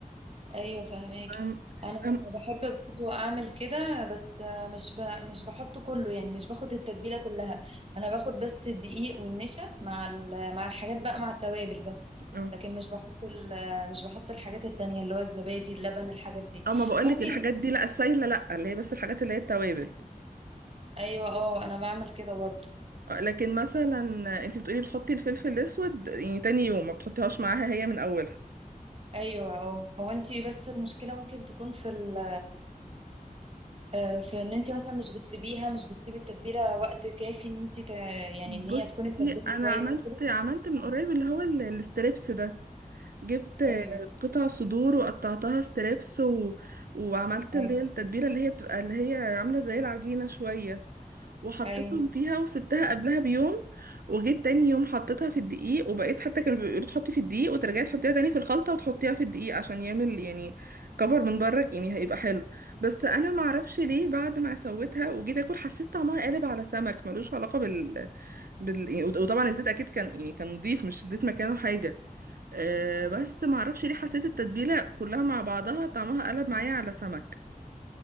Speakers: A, on the right; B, on the right.
A: ايوه فهماك
B: فاهم
A: انا
B: فاهم
A: بحب برضو اعمل كده بس مش ب... مش بحطه كله يعني مش باخد التتبيله كلها انا باخد بس الدقيق والنشا مع ال... مع الحاجات بقى مع التوابل بس
B: اه
A: لكن مش بحط ال... مش بحط الحاجات التانية اللي هو الزبادي اللبن الحاجات دي
B: آه، ما بقولك
A: ممكن
B: الحاجات دي لا السايله لا اللي هي بس الحاجات اللي هي التوابل
A: ايوه اه انا بعمل كده برضو
B: آه، لكن مثلا انتي بتقولي بتحطي الفلفل الاسود يعني تاني يوم ما بتحطيهاش معاها هي من اولها
A: ايوه اه هو انت بس المشكله ممكن تكون في ال آه، في ان انت مثلا مش بتسيبيها مش بتسيبي التتبيله وقت كافي ان انت يعني
B: بصي
A: ان هي تكون التتبيله
B: انا
A: كويسه
B: عملت
A: وكده
B: عملت من
A: طب-
B: قريب اللي هو ال- الستريبس ده جبت
A: ايوه
B: قطع صدور وقطعتها ستريبس و... وعملت
A: ايوه
B: اللي هي التتبيله اللي هي بتبقى اللي هي عامله زي العجينه شويه وحطيتهم
A: ايوه
B: فيها وسبتها قبلها بيوم وجيت تاني يوم حطيتها في الدقيق وبقيت حتى كانوا بيقولوا تحطي في الدقيق وترجعي تحطيها تاني في الخلطة وتحطيها في الدقيق عشان يعمل يعني كفر من بره يعني هيبقى حلو بس انا ما اعرفش ليه بعد ما سويتها وجيت اكل حسيت طعمها قالب على سمك ملوش علاقة بال بال يعني- وطبعا الزيت اكيد كان يعني كان نضيف مش زيت مكانه حاجة
A: أيوة،
B: أه
A: آه.
B: بس ما اعرفش ليه حسيت التتبيلة كلها مع بعضها طعمها قلب معايا على سمك